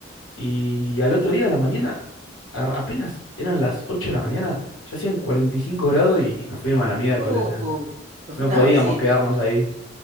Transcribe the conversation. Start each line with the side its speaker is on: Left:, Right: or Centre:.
Left: Y al otro día a la mañana, a- apenas eran las 8 de la mañana, ya hacían 45 grados y nos fuimos a la miércoles,
Right: Uh,
Left: o sea,
Right: <laughs>
Left: no
Right: no,
Left: podíamos
Right: sí,
Left: quedarnos ahí.